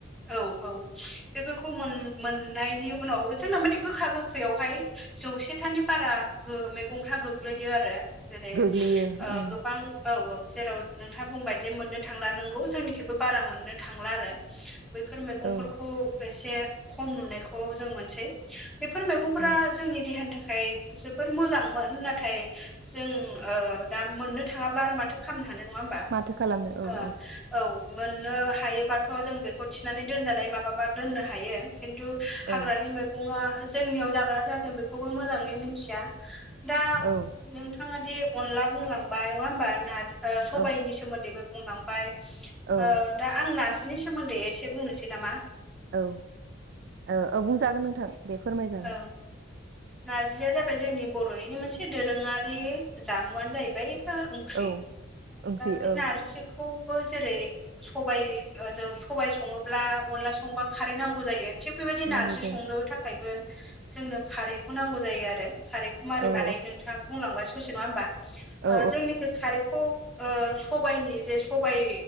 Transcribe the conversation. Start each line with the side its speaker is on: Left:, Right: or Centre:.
Centre: औ औ बेफोरखौ मोन मोननायनि उनाव ओ जोंना माने गोखा गोखैयावहाय जौसेथानि बारा ओ मैगंफ्रा गोग्लैयो आरो जेरै
Right: गोग्लैयो
Centre: ओ
Right: उम
Centre: गोबां औ औ जेराव नोंथांआ बुंबाय जे मोननो थांला नोंगौ जोंनिखिबो बारा मोननो थांला आरो बेफोर मैगंफोरखौ
Right: औ
Centre: एसे खम नुनायखौ जों मोनसै बेफोर मैगंफोरा
Right: औ
Centre: जोंनि देहानि थाखाय जोबोर मोजांमोन नाथाय जों ओ दा मोननो थांआब्ला आर माथो खालामनो हानो नङा होमब
Right: माथो खालामनो औ
Centre: ओ औ मोननो हायोबाथ' जों बेखौ थिनानै दोनजानाय माबाबा दोननो हायो औ खिन्थु हो हाग्रानि
Right: औ
Centre: मैगंआ जोंनिआव जागोन ना जाया जों बेखौबो मोजाङै मिथिआ हो दा
Right: औ
Centre: नोंथांआ दि अनला बुंलांबाय नङा होनबा नारजि ओ स'बाइनि
Right: औ
Centre: सोमोन्दैबो बुंलांबाय
Right: औ
Centre: ओ दा आं नारजिनि सोमोन्दै एसे बुंनोसै नामा
Right: औ ओ ओ बुंजागोन नोंथां दे फोरमायजा
Centre: ओ नारजिआ जाबाय जोंनि बर'निनो मोनसे दोरोआरि जामुआनो जाहैबाय ओ ओंख्रि
Right: औ ओंख्रि
Centre: बे ओ
Right: औ
Centre: नारजिखौबो जेरै सबाइ जों सबाइ सङोब्ला अनला संबा खारै नांगौ जायो थिग बेबादि नारजि
Right: नांगौ जायो
Centre: संनो थाखायबो जोंनो खारैखौ नांगौ जायो आरो खारैखौ मारै
Right: औ
Centre: बानाय नोंथांआ बुंलांबाय स'से नङा होमबा ओ
Right: औ
Centre: जोंनि खो खारैखौ ओ सबायनि जे सबायाइ